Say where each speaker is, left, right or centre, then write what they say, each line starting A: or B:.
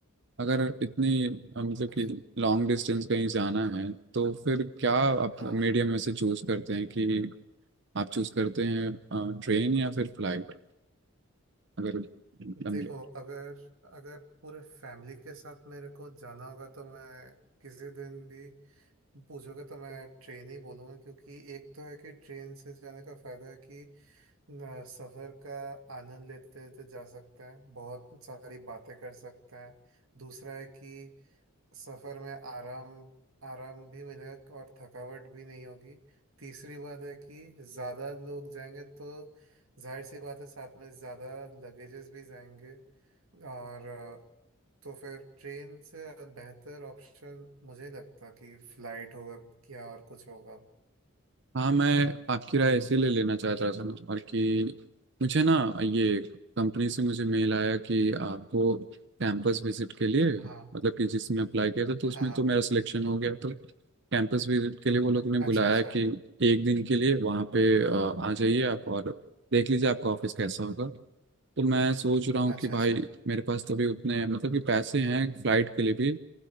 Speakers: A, on the right; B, on the right.
A: अगर इतनी आ, मतलब
B: अच्छा
A: कि लॉन्ग डिस्टेंस कहीं जाना है तो फिर क्या आप
B: हाँ
A: मीडियम में से चूज़ करते हैं कि आप चूज़ करते हैं ट्रेन या फिर फ्लाइट अगर
B: देखो
A: मतलब
B: अगर अगर पूरे फैमिली के साथ मेरे को जाना होगा तो मैं किसी दिन भी पूछोगे तो मैं ट्रेन ही बोलूँगा क्योंकि एक तो है कि ट्रेन से जाने का फ़ायदा है कि न, सफ़र का आनंद लेते लेते जा सकते हैं बहुत सारी बातें कर सकते हैं दूसरा है कि सफर में आराम आराम भी मिलेगा और थकावट भी नहीं होगी तीसरी बात है कि ज़्यादा लोग जाएंगे तो जाहिर सी बात है साथ में ज़्यादा लगेजेस भी जाएंगे और अ, तो फिर ट्रेन से बेहतर ऑप्शन मुझे लगता कि फ्लाइट होगा क्या और कुछ होगा
A: हाँ मैं आपकी राय इसीलिए लेना चाहता था ना और कि मुझे ना ये कंपनी से मुझे मेल आया कि आपको कैंपस विजिट के लिए
B: हाँ
A: मतलब कि जिसमें अप्लाई किया था तो उसमें
B: हाँ हाँ
A: तो मेरा सिलेक्शन हो गया तो कैंपस विजिट के लिए वो लोग ने
B: अच्छा
A: बुलाया
B: अच्छा
A: कि एक दिन के लिए वहाँ पे अ, आ जाइए आप और देख लीजिए आपका ऑफिस कैसा होगा तो मैं सोच रहा हूँ
B: अच्छा
A: कि भाई
B: अच्छा
A: मेरे पास तो अभी उतने मतलब कि पैसे हैं फ्लाइट के लिए भी